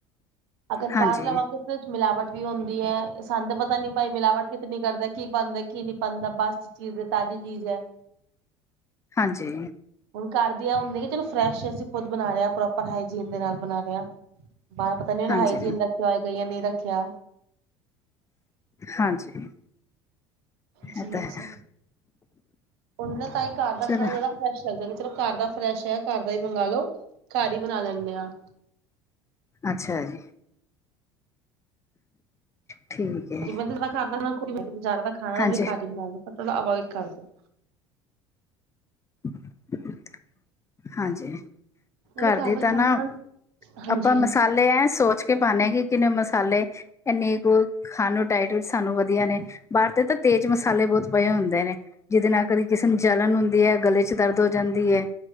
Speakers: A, on the right; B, on the left.
A: ਅਗਰ
B: ਹਾਂਜੀ
A: ਬਾਹਰ ਲਵਾਂਗੇ ਵਿੱਚ ਮਿਲਾਵਟ ਵੀ ਹੁੰਦੀ ਹੈ ਸਾਨੂੰ ਪਤਾ ਨੀ ਭਾਈ ਮਿਲਾਵਟ ਕਿਤਨੀ ਕਰਦਾ ਕੀ ਬਣਦਾ ਕੀ ਨੀ ਪਾਉਦਾ ਬਸ ਚੀਜ਼ ਹੈ ਤਾਜ਼ੀ ਚੀਜ਼ ਹੈ
B: ਹਾਂਜੀ
A: ਹੁਣ ਘਰ ਆ ਹੁੰਦੀ ਕਿ ਚਲੋ ਫਰੈਸ਼ ਅਸੀਂ ਖੁਦ ਬਣਾ ਰਹੇਾਂੋ ਆਪਾਂ ਹਾਈਜੀਨ ਦੇ ਨਾਲ ਬਣਾ ਰਹੇਾਂ ਬ ਪਤਾ ਨੀ ਉਹਨੇ
B: ਹਾਂਜੀ
A: ਹਾਈਜੀਨ ਰੱਖਿਆ ਹੋਇਆ ਕਈਆਂ ਨਹੀਂ ਰੱਖਿਆ
B: ਹਾਂਜੀ
A: ਜੀ
B: ਇਹ
A: ਜੀ
B: ਤਾਂ ਹੈ
A: ਉਹ ਨਾ ਤਾਂ ਹੀ ਘਰ ਦਾ
B: ਚਲੋ
A: ਖਾਣਾ ਚਾਹਿਦਾ ਫਰੈਸ਼ ਲੱਗਦਾ ਕਿ ਚਲੋ ਘਰ ਦਾ ਫਰੈਸ਼ ਹੈ ਘਰ ਦਾ ਹੀ ਮੰਗ ਲਓ ਘਰ ਹੀ ਬਣਾ ਲੈਂਦੇ ਆਾਂ
B: ਅੱਛਾ ਜੀ ਠੀਕ ਹੈ
A: ਜ ਮੈਂ ਜਦਾ ਖਾਧਦਾ ਖ ਮੈਂ ਬਜ਼ਾਰ ਦਾ ਖਾਣਾ
B: ਹਾਂਜੀ
A: ਉਹ ਵੀ ਘਾਟ ਹੀ ਬਣਾ ਲ ਥੋੜਾ ਅਵੋਇਡ ਕਰਦੇ
B: <inaudible> ਹਾਂਜੀ
A: ਨਾਲੇ
B: ਘਰ ਦੇ
A: ਦਾ
B: ਤਾਂ
A: ਖਾਣਾ
B: ਨਾ
A: ਹਾਂਜੀ
B: ਆਪਾਂ
A: ਹਾਂਜੀ
B: ਮਸਾਲੇ ਐ ਸੋਚ ਕੇ ਪਾਉਦੇ ਹਾਂ ਕਿ ਕਿੰਨੇ ਮਸਾਲੇ ਇੰਨੀ ਕੁ ਖਾਣ ਨੂੰ ਡਾਇਟ ਵੀ ਸਾਨੂੰ ਵਧੀਆ ਨੇ ਬਾਹਦੇ ਤਾਂ ਤੇਜ਼ ਮਸਾਲੇ ਬਹੁਤ ਪਏ ਹੁੰਦੇ ਨੇ ਜਿਹਦੇ ਨਾਲ ਕਦੀ ਕਿਸੇ ਨੂੰ ਜਲਣ ਹੁੰਦੀ ਹੈ ਗਲੇ ਚ ਦਰਦ ਹੋ ਜਾਂਦੀ ਹੈ